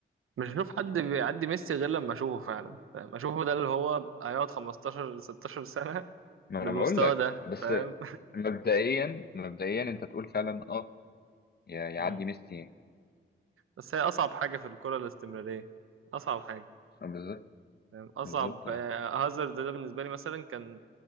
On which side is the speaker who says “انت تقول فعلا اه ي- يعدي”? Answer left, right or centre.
Left